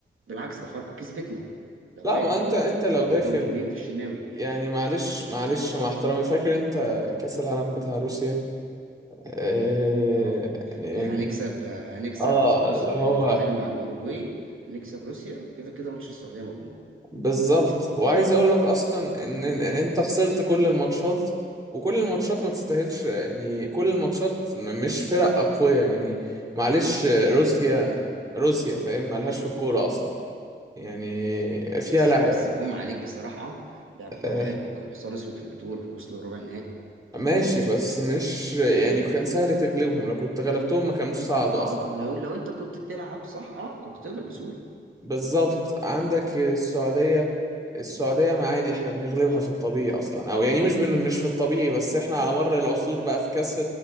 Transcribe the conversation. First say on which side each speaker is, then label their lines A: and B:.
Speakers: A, on the right; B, on the right.
A: بالعكس ده فاركو كسبتنا لو
B: لا
A: فاكر
B: ما انت انت لو
A: لما
B: داخل
A: جابوا جونين في الشناوي
B: يعني معلش معلش مع احترامي فاكر انت كأس العالم بتاع روسيا آه
A: اه
B: يعني
A: هنكسب هنكسب
B: اه
A: بص
B: اللي هو
A: هنتعادل مع الأوروجواي هنكسب روسيا كده كده ماتش السعودية مضمون
B: بالظبط وعايز اقول لك اصلا ان إن انت خسرت كل الماتشات وكل الماتشات ما تستاهلش يعني كل الماتشات م- مش فرق اقوياء يعني معلش روسيا روسيا فاهم مالهاش في الكورة اصلا يعني فيها
A: بس
B: لع...
A: بس جم عليك بصراحة لعب كورة
B: آه
A: حلوة وكانوا حصان أسود في البطولة وصلوا ربع النهائي
B: ماشي بس مش يعني كان سهل تغلبهم لو كنت غلبتهم ما كانوش صعدوا
A: اه
B: اصلا
A: لو لو انت كنت بتلعب صح اه كنت تقدر بسهولة
B: بالظبط عندك السعودية السعودية ما عادي احنا بنغلبها في الطبيعي اصلا او يعني مش بن... مش في الطبيعي بس احنا على مر العصور بقى في كاس